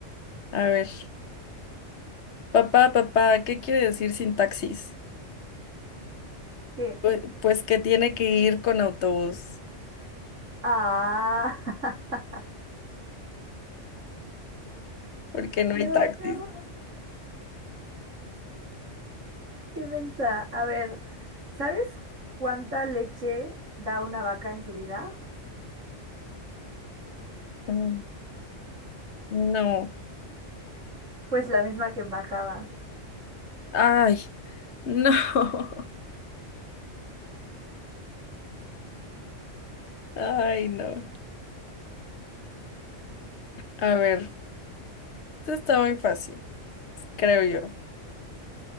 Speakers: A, on the left (about 65°); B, on the right (about 80°).
A: a ver. Papá, papá, ¿qué quiere decir sin taxis?
B: ¿Qué?
A: Pues, pues que tiene que ir con autobús,
B: Ah, <laughs>
A: porque no
B: no,
A: hay <laughs> taxis.
B: qué horror, qué mensa. A ver, ¿sabes cuánta leche da una vaca en su vida?
A: Mm, No.
B: Pues la misma que embajada.
A: Ay, no. <laughs> Ay, no. A ver, esto está muy fácil, creo yo.